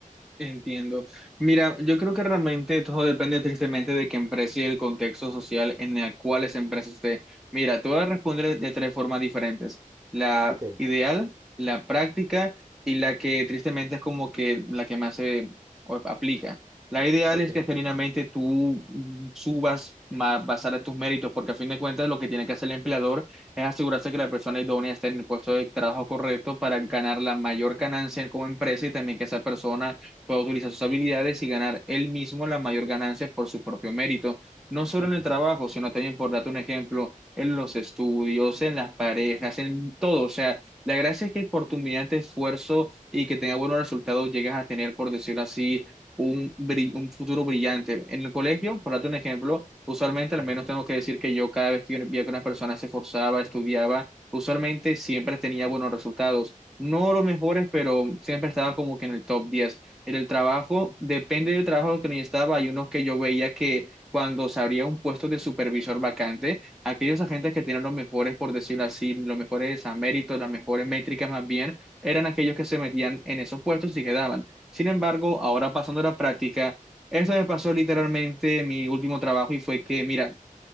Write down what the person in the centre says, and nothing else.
Entiendo. Mira, yo creo que realmente todo depende tristemente de qué empresa y el contexto social en el cual esa empresa esté. Mira, te voy a responder de, de tres formas diferentes. La
ideal, la práctica y la que tristemente es como que la que más se o- aplica. La ideal
es que genuinamente tú mm, subas más basada en tus méritos, porque a fin de cuentas lo que tiene que hacer el empleador es asegurarse que la persona idónea esté en el puesto de trabajo correcto para ganar la mayor ganancia como empresa y también que esa persona pueda utilizar sus habilidades y ganar él mismo las mayor ganancias por su propio mérito, no solo
en el trabajo, sino también, por darte un ejemplo, en los estudios, en las parejas, en todo. O sea, la gracia es que por tu mediante esfuerzo y que tenga buenos resultados, llegas a tener, por decirlo así, un, bri- un futuro brillante. En el colegio, por darte un ejemplo, usualmente, al
menos tengo que decir que yo cada vez que veía que una persona se esforzaba, estudiaba, usualmente siempre tenía buenos resultados. No los mejores, pero siempre estaba como que en el top 10 en el trabajo, depende del trabajo que yo estaba, hay unos que yo veía que cuando se abría un puesto de supervisor vacante, aquellos agentes que tenían los mejores, por decirlo así, los mejores a méritos, las mejores métricas más bien, eran aquellos que se metían en esos puestos y quedaban. Sin embargo, ahora pasando a la práctica, eso me pasó literalmente en mi último trabajo y fue que, mira,